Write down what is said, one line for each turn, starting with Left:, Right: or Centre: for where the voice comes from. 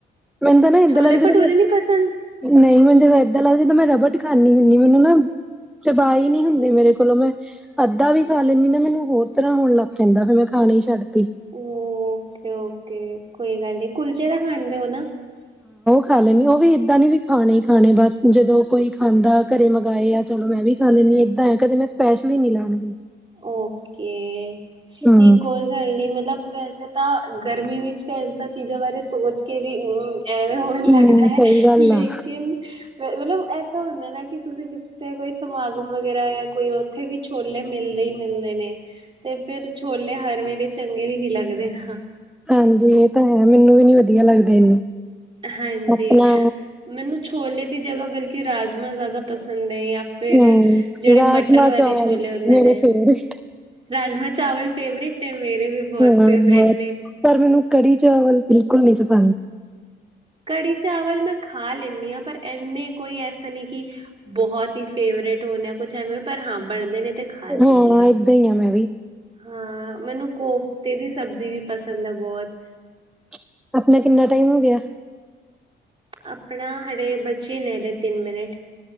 Centre: ਮੈਨੂੰ ਤਾਂ ਨਾ
Right: ਛੋਲੇ
Centre: ਇੱਦਾ ਲੱਗਦਾ
Right: ਭਟੂਰੇ
Centre: ਜਿਵੇਂ
Right: ਨੀ ਪਸੰਦ
Centre: ਨਹੀ ਮੈਨੂੰ, ਜਦੋਂ ਇੱਦਾਂ ਲੱਗਦਾ ਜਦੋਂ ਮੈਂ ਰਬਟ ਖਾਣੀ ਹੁੰਨੀ ਮੈਨੂੰ ਨਾ ਚਬਾਅ ਨਹੀ ਹੁੰਦੇ, ਮੇਰੇ ਕੋਲੋਂ ਮੈਂ ਅੱਧਾ ਵੀ ਖਾ ਲੈਂਣੀ ਨਾ, ਮੈਨੂੰ ਹੋਰ ਤਰ੍ਹਾਂ ਹੋਣ ਲੱਗ ਪੈਂਦਾ, ਫਿਰ ਮੈਂ ਖਾਣੇ ਛੱਡਤੇ।
Right: ਓਕੇ-ਓਕੇ, ਕੋਈ ਗੱਲ ਨੀ ਕੁਲਚੇ ਦਾ ਖਾਣ ਦੇ ਹੋ ਨਾ। <inaudible>
Centre: ਖਾਂ ਲੈਣੀ ਆ, ਉਹ ਵੀ ਏਦਾਂ ਨੀ ਵੀ ਖਾਣੇ ਹੀ ਖਾਣੇ, ਬੱਸ ਜਦੋਂ ਕੋਈ ਖਾਂਦਾ ਘਰੇ ਮੰਗਾਏ ਆ, ਚਲੋ ਮੈਂ ਵੀ। ਚੱਲੇ ਨੀ, ਇੱਦਾਂ ਕਦੇ ਮੈਂ ਸਪੈਸ਼ਲੀ ਨੀ ਲੈਣ ਗਈ।
Right: ਓਕੇ, <inaudible>
Centre: ਹੂੰ।
Right: ਨਹੀਕੋਈਲ ਗੱਲ ਨੀ, ਮਤਲਬ ਵੈਸੇ ਤਾਂ ਗਰਮੀ ਵਿੱਚ ਤਾਂ ਇਹ ਸਭ ਚੀਜ਼ਾਂ ਬਾਰੇ ਸੋਚ ਕੇ ਵੀ, ਅਮਮ ਐਵੇਂ ਹੋਣ <unintelligible>
Centre: ਹੂੰ
Right: ਲੱਗਦਾ
Centre: ਸਹੀ
Right: <unintelligible>
Centre: ਗੱਲ
Right: ਲੇਕਿਨ।
Centre: ਆ
Right: ਮਤਲਬ ਐਸਾ ਹੁੰਦਾ ਨਾ ਕਿ, ਤੁਸੀ ਕਿਤੇ ਕੋਈ ਸਮਾਗਮ ਵਗੈਰਾ ਜਾਂ ਕੋਈ ਉੱਥੇ ਵੀ ਛੋਲੇ ਮਿਲਦੇ ਈ ਮਿਲਦੇ ਨੇ, ਤੇ ਫਿਰ ਛੋਲੇ ਹਰ ਵੇਲੇ ਚੰਗੇ ਵੀ ਨੀ ਲੱਗਦੇ ਨਾ।
Centre: ਹਾਂਜੀ, ਇਹ ਤਾਂ ਹੈ ਮੈਨੂੰ ਵੀ ਨੀ ਵਧੀਆ ਲੱਗਦੇ ਇੰਨੇ,
Right: ਹਾਂਜੀ।
Centre: ਆਪਣਾ
Right: ਮੈਨੂੰ ਛੋਲੇ ਦੀ ਜਗਾ ਬਲਕਿ, ਰਾਜਮਾਂਹ ਜ਼ਿਆਦਾ ਪਸੰਦ ਐ ਜਾਂ ਫਿਰ
Centre: ਹੂੰ
Right: ਫਿਰ ਜਿਹੜੇ
Centre: ਰਾਜਮਾਂ
Right: ਮਟਰ ਵਾਲੇ
Centre: ਚਾਵਲ
Right: ਛੋਲੇ ਹੁੰਦੇ
Centre: ਮੇਰੇ
Right: ਨੇ
Centre: ਫੇਵਰੇਟ
Right: ਰਾਜਮਾਂਹ ਚਾਵਲ ਫੇਵਰੇਟ ਨੇ, ਮੇਰੇ ਵੀ ਬਹੁਤ
Centre: ਹਾਂ
Right: ਫੇਵਰੇਟ
Centre: ਬਹੁਤ
Right: ਨੇ।
Centre: ਪਰ, ਮੈਨੂੰ ਕੜੀ ਚਾਵਲ ਬਿਲਕੁਲ ਨੀ ਪਸੰਦ।
Right: ਕੜੀ ਚਾਵਲ ਮੈਂ ਖਾਂ ਲੈਂਣੀ ਆ, ਪਰ ਇੰਨੇ ਕੋਈ ਐਸਾ ਨਹੀ ਕਿ ਬਹੁਤ। ਫੇਵਰੇਟ ਹੋ ਨਾ ਕੁਛ, ਐਵੇਂ ਪਰ ਹਾਂ ਬਣਦੇ ਨੇ ਤੇ ਖਾ ਲੈਂਦੀ
Centre: ਹਾਂ ਇੱਦਾ ਈ, ਆ ਮੇਰਾ
Right: ਹਾਂ, ਮੈਨੂੰ ਕੋਫਤੇ ਦੀ ਸਬਜ਼ੀ ਵੀ ਪਸੰਦ ਆ ਬਹੁਤ।
Centre: <inaudible> ਆਪਣੇ ਕਿੰਨਾ ਟਾਈਮ ਹੋ ਗਿਆ?
Right: ਆਪਣਾ ਹਡੇ, ਬਚੇ ਨੇ ਹਲੇ ਤਿੰਨ ਮਿੰਟ।